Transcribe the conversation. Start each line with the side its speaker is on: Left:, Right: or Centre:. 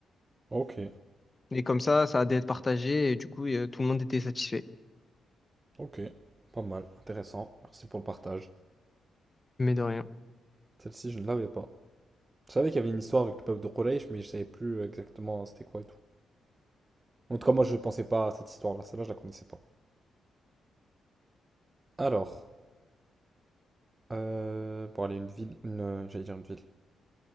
Right: Ok,
Left: Et comme ça, ça a d'être partagé et du coup euh, tout le monde était satisfait.
Right: ok, pas mal, intéressant. Merci pour le partage.
Left: Mais de rien.
Right: Celle-ci, je ne l'avais pas. Je savais qu'il y avait une histoire avec le peuple de Quraysh, mais je savais plus exactement c'était quoi et tout. En tout cas, moi, je pensais pas à cette histoire-là. Celle-là, je la connaissais pas. Alors, euh, bon, allez, une ville, une, euh, j'allais dire une ville.